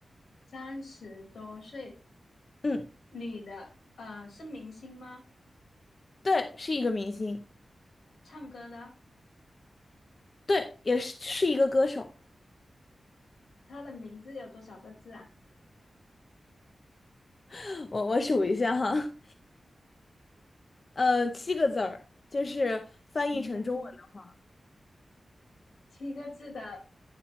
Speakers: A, on the left; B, on the left.
A: 三十多岁，
B: 嗯，
A: 女的，呃，是明星吗？
B: 对，是一个明星，
A: 唱歌的？
B: 对，也是是一个歌手，
A: 她的名字有多少个字啊？
B: <laughs> 我我数一下哈，呃，七个字儿，就是翻译成中文的。
A: 七个字，七个字的